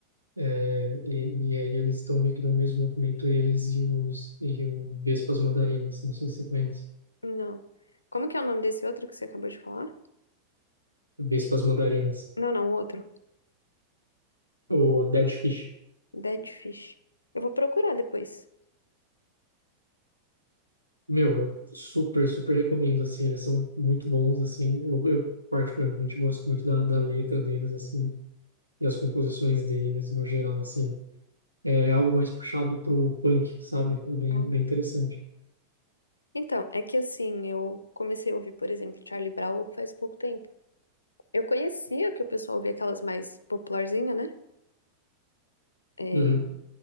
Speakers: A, on the right; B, on the left.
A: É, e, e aí eles estão meio que no mesmo movimento, eles e os e o Vespas Mandarinas, não sei se você conhece.
B: Não. Como que é o nome desse outro que você acabou de falar?
A: Vespas Mandarinas,
B: Não, não, o outro.
A: o Dead Fish.
B: Dead Fish. Eu vou procurar depois.
A: Meu, eu super, super recomendo, assim, eles são muito bons, assim, eu, eu particularmente gosto muito da, da letra deles, assim, e as composições deles, no geral, assim. É algo mais puxado pro punk, sabe? É bem,
B: Ah.
A: bem interessante.
B: Então, é que assim, eu comecei a ouvir, por exemplo, Charlie Brown faz pouco tempo. Eu conhecia que o pessoal ouvia aquelas mais popularzinhas, né? É,
A: Uhum,